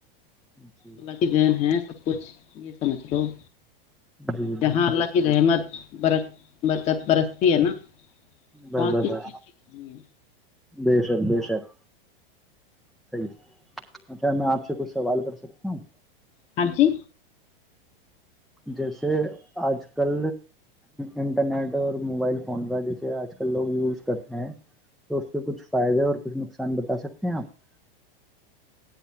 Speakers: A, in the centre; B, on the left (about 20°).
A: ہے
B: اللہ کی ذہن ہے سب کچھ <unintelligible> یہ سمجھ لو <unintelligible> ہ
A: جی جی جی
B: جہاں اللہ کی رحمت برت <unintelligible> برکت برستی ہے نا
A: ب
B: وہاں
A: ب
B: کس
A: ب
B: چیز کی کرنی ہے
A: بے شک بے شک صحیح اچھا میں آپ سے کچھ سوال کر سکتا ہوں
B: ہاں جی
A: جیسے آج کل انٹرنیٹ اور موبائل فون کا جیسے آج کل لوگ یوز کرتے ہیں تو اس پہ کچھ فائدے اور کچھ نہ نقصان بتا سکتے ہیں آپ